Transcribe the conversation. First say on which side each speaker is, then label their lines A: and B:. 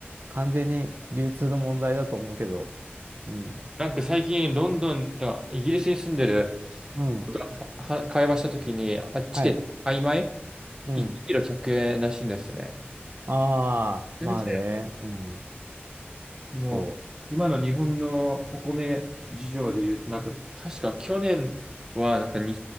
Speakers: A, on the right; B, on the right.
A: 完全に流通の問題だと思うけど、うん。
B: なんか最近、ロンドンとイギリスに住んでる、
A: うん。
B: は、は会話したときに、あっちで、
A: はい。
B: 曖昧
A: うん。
B: ?1 キロ100円らしいんですね。
A: ああ、
B: めちゃめちゃ
A: まあね。うん。
B: もう、
A: そ
B: 今の日本のお米事情で言うと、なんか、確か去年は、なんかに